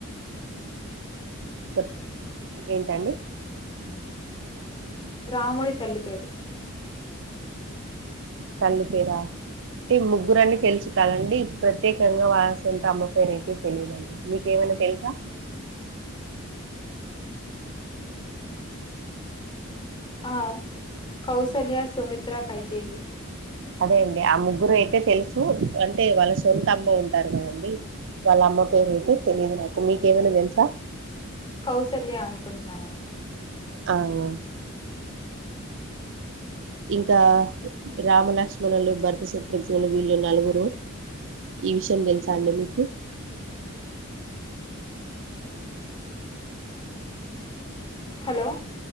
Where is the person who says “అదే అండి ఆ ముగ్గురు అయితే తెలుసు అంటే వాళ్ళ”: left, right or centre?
Right